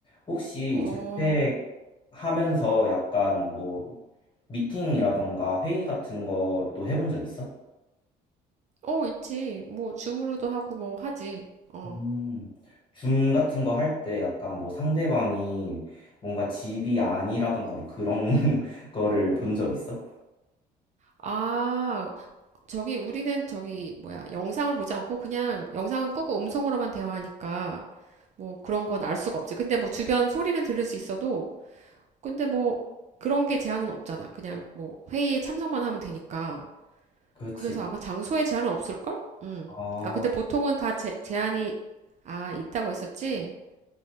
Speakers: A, on the left; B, on the right.
A: 혹시
B: 어,
A: 재택 하면서 약간 뭐 미팅이라던가 회의 같은 것도 해본 적 있어?
B: 어, 있지. 뭐 줌으로도 하고 뭐 하지. 어.
A: 음, 줌 같은 거 할 때 약간 뭐 상대방이 뭔가 집이 아니라던가 뭐 그런 <laughs> 거를 본 적 있어?
B: 아, 저기 우리는 저기 뭐야 영상을 보지 않고 그냥 영상은 끄고 음성으로만 대화하니까 뭐 그런 건 알 수가 없지. 근데 뭐 주변 소리는 들을 수 있어도 근데 뭐 그런 게 제한은 없잖아. 그냥 뭐 회의에 참석만 하면 되니까.
A: 그렇지.
B: 그래서 아마 장소에 제한은 없을걸? 음.
A: 아,
B: 아, 근데 보통은 다 제, 제한이 아, 있다고 했었지?